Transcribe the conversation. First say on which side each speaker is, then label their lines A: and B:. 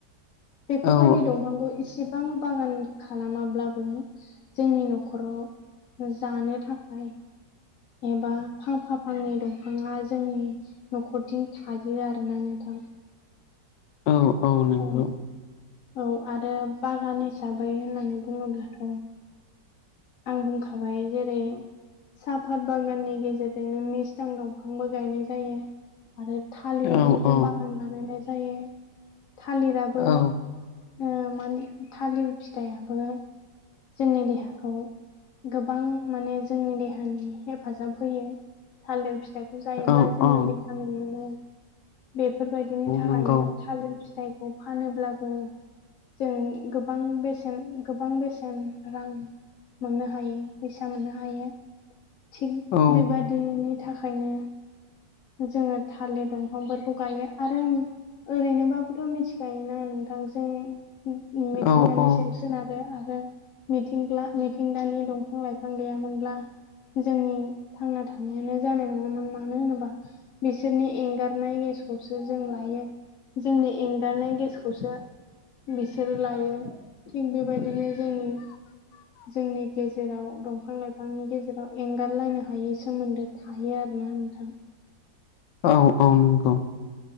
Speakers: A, on the left; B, on the left.
A: बेफोर
B: औ
A: बायदि दंफांखौ इसेबां बागान खालामाब्लाबो जोंनि न'खराव जानो थाखाय। एबा फांफा फांनै दंफाङा जोंनि न'खरथिं थायो आरोना नोंथां
B: औ नंगौ
A: औ औ आरो बागान हिसाबै होननानै बुङोब्लाथ' आं बुंखाबाय जेरै साफात बागाननि गेजेरजोंनो मिसटां दंफांबो गायनाय जायो। आरो थालिरनिबो
B: औ औ
A: बागान बानायनाय जायो थालिराबो
B: औ
A: ओ माने थालिर फिथाइआबो जोंनि देहा खौ गोबां माने जोंनि देहानि हेफाजाब होयो थालिर फिथाइ खौ जायोब्ला
B: औ
A: जोङो
B: औ
A: भिटामिन मोनो बेफोरबायदिनि थाखायनो
B: नंगौ
A: थालिर फिथाइ फानोब्लाबो जों गोबां बेसेन गोबां बेसेन रां मोननो हायो फैसा मोननो हायो थिग
B: औ औ
A: बेबादिनि थाखायनो जोङो थालिर दंफांफोरखौ गायो आरो ओरैनोबाबोथ' मिथिखायोना नोंथां जों मिथिंगानि
B: औ
A: सायाव सोनार आरो मिथिंग्ला- मिथिंगानि दंफां लाइफां गैयामोनब्ला जोंनि थांना थानायानो जानाय नङामोन मानो होनोबा बिसोरनि एंगारनाय गेसखौसो जों लायो जोंनि एंगारनाय गेसखौसो बिसोरो लायो थिग बेबायदिनो जोंङोनि
B: <inaudible>
A: जोंनि गेजेराव दंफां लाइफांनि गेजेराव एंगारलायनो हायि सोमोन्दो थायो आरोना नोंथां।
B: औ औ नंगौ।